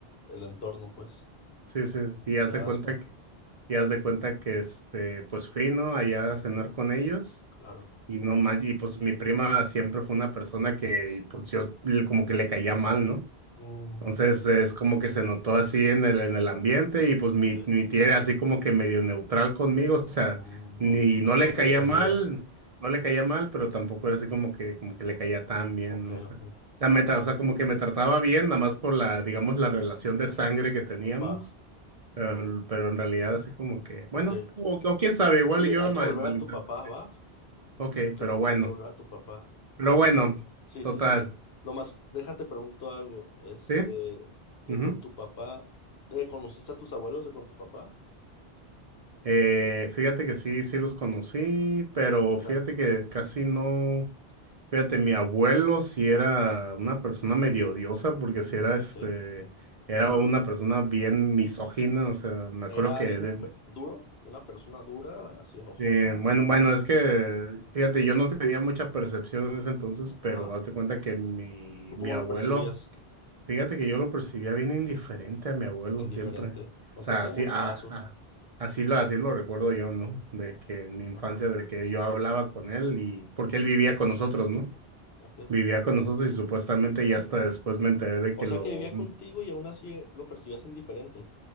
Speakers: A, on the left (about 75°); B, on the right (about 45°).
A: el entorno, pues.
B: Sí, sí, sí, y haz
A: Te
B: de
A: das
B: cuenta
A: cuenta,
B: que, y haz de cuenta que este, pues fui, ¿no? Allá a cenar con ellos
A: claro.
B: y no manches, y pues mi prima siempre fue una persona que pues yo le- como que le caía mal, ¿no?
A: Mm,
B: Entonces es como que se notó así en el, en el ambiente y pues mi,
A: ok,
B: mi tía era así como que medio neutral conmigo, o sea,
A: Mm,
B: ni
A: no,
B: no le
A: no te
B: caía
A: defendía.
B: mal, no le caía mal, pero tampoco era así como que, como que le caía tan bien,
A: Ok,
B: ¿no? O sea,
A: ok,
B: la meta, o sea, como que me trataba bien, nada más por la, digamos, la relación de sangre que teníamos,
A: va,
B: pero, pero en realidad así como que,
A: ok.
B: bueno, o, o quién sabe, igual
A: Oye,
B: y yo
A: hay
B: la mal,
A: que volver
B: malinterpreté.
A: a tu papá, ¿va?
B: Ok,
A: Hay que,
B: pero
A: o-
B: bueno,
A: hay que volver a tu papá.
B: pero
A: Y
B: bueno,
A: así, sí,
B: total,
A: sí, sí. Nomás, déjate pregunto algo. Este,
B: ¿sí?
A: de
B: Ujú.
A: con tu papá, ¿de conociste a tus abuelos de con tu papá?
B: Eh, fíjate que sí, sí los conocí, pero
A: ¿Y qué tal?
B: fíjate que casi no. Fíjate, mi abuelo sí era una persona medio odiosa, porque sí era
A: Ok.
B: este, era una persona bien misógina. O sea, me acuerdo
A: ¿Era
B: que
A: alguien
B: de-
A: pe- duro? ¿Una persona dura, así enojona?
B: eh, bueno, bueno, es que fíjate, yo no tenía mucha percepción en ese entonces, pero
A: Ajá.
B: haz de cuenta que mi,
A: ¿Tú
B: mi
A: cómo
B: abuelo
A: lo percibías?
B: Fíjate que yo lo percibía bien indiferente a mi abuelo
A: Indiferente.
B: siempre. O
A: No
B: sea,
A: te hacía
B: así,
A: mu-
B: ah,
A: caso.
B: ah, así lo, así lo recuerdo yo, ¿no? De que en mi infancia,
A: Ajá.
B: de que yo hablaba con él y porque
A: Ok,
B: él vivía con nosotros, ¿no?
A: ok.
B: Vivía con nosotros y supuestamente ya hasta después me enteré de que
A: O sea
B: lo,
A: que vivía contigo y aún así eh, lo percibías indiferente.